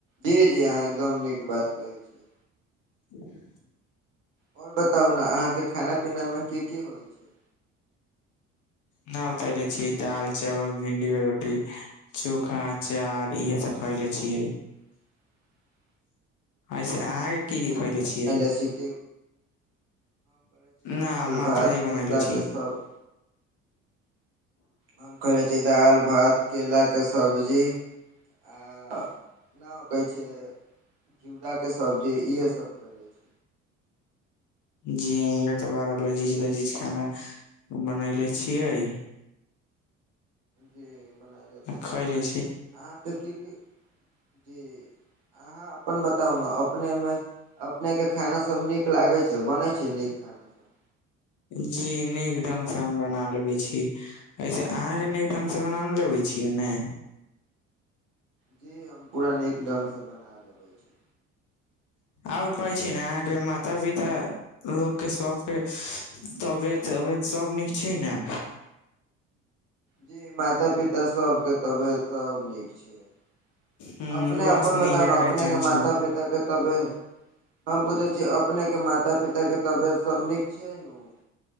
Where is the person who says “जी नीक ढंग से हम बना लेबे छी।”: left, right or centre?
Left